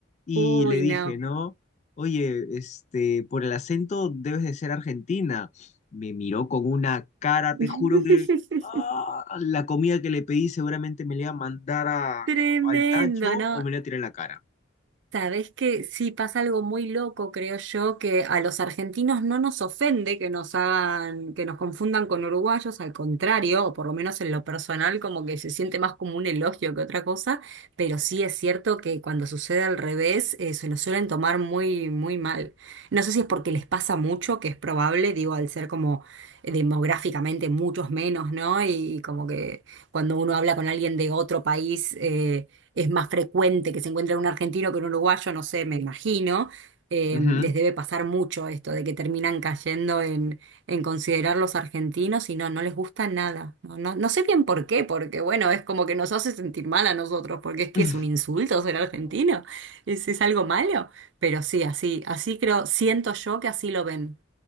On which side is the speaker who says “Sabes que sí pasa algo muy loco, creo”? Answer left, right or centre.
Right